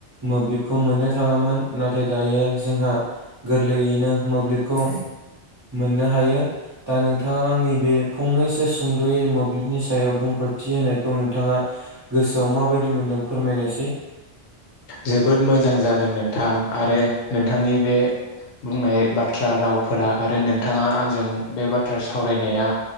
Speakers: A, on the right (about 25°); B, on the left (about 70°).
A: मोब्लिबखौ मोननो थाङामोन नाथाय दायो जोंहा गोरलैयैनो मोब्लिबखौ मोननो हायो दा नोंथाङा आंनि बे फंनैसो सुंद'यै मोब्लिबनि सायाव बुंफोरथि होनायखौ नोंथाङा गोसोआव माबायदि मोनदों फोरमायनायसै?
B: जोबोद मोजां जादों नोंथां आरो नोंथांनि बे बुंनाय बाथ्रा राव फोरा आरो नोंथाङा आंजों बे बाथ्रा सावरायनाया